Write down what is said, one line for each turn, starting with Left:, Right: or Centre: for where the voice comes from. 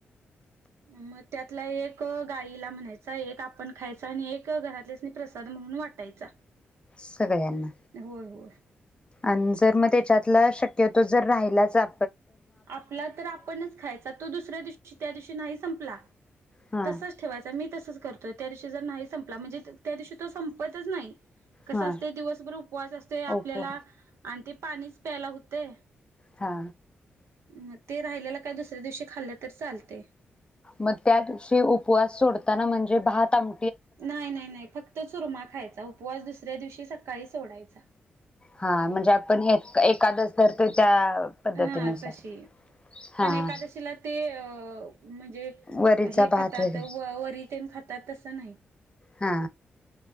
Right: मग त्यातला एक गायला म्हणायचा एक आपण खायचा आणि एक घरातल्यासनी प्रसाद म्हणून वाटायचा.
Left: सगळ्यांना.
Right: होय होय
Left: आणि जर मग त्याच्यातला शक्यतो जर राहिलाच आ
Right: आपला तर आपणच खायचा. तो दुसऱ्या दिवशी त्यादिवशी नाही संपला.
Left: हा
Right: तसंच ठेवायचा मी तसच. करतोय त्या दिवशी जर नाही संपला म्हणजे त्या दिवशी तो संपतच नाही. कस
Left: हा
Right: असतय दिवसभर उपवास असतय
Left: ओपो
Right: आपल्याला आण ते पाणीच प्यायला होतंय.
Left: हा.
Right: म ते राहिलेला काय दुसऱ्या दिवशी खाल्लं तरी चालतय.
Left: म त्या दिवशी उपवास सोडताना म्हणजे भात आम
Right: नाही नाही नाही फक्त चुरमा खायचा उपवास दुसऱ्या दिवशी सकाळी सोडायचा.
Left: हा म्हणजे आपण एक एकादस धरतो. त्या पद्धतीनुसार
Right: हा तशी
Left: हा
Right: पण एकादशीला ते अ म्हणजे
Left: वरीचा
Right: हे
Left: भात
Right: खातात
Left: वगैरे
Right: व वर ते खातात तसं नाही.
Left: हा.